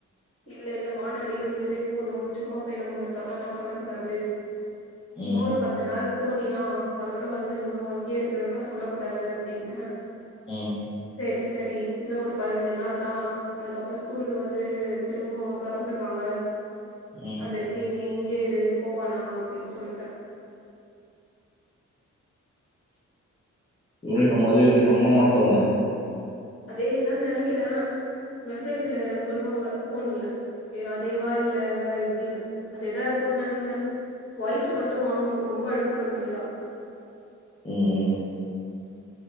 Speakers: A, on the left; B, on the left.
A: இல்லல்ல வானா டி இருந்ததே போது சும்மா போய் நம்ம அங்க தொல்லலா பண்ணகூடாது சும்மா
B: ம்
A: ஒரு பத்து நாள் போனியா அதோட வந்தன்ணு அங்கயே இருக்றன்லா சொல்ல கூடாது அப்டின்ன
B: ம்
A: செரி சரி இன்னு ஒரு பதினஞ்சு நாள் தா அதுக்கப்பற ஸ்கூல்ல வந்து திரும்பவு தொறந்துருவாங்க
B: ம்
A: அதரைக்கு இங்கேயே இரு போவானா அப்டின் சொல்ட்டே
B: யூனிஃபாம் அதே யூனிஃபாமா மாத்துவாங்ளா
A: அதே தா நெனைக்கிறே மெசேஜ்ல சொல்வாங்க ஃபோன்ல ஏ அதேவா இல்ல வேற எப்டினு அதே தா இருக்குன் நெனைக்கிறே ஒயிட்டு மட்டு வாங்கணு ரொம்ப அழுக்கு பண்ட்டுக்றா
B: ம் ம்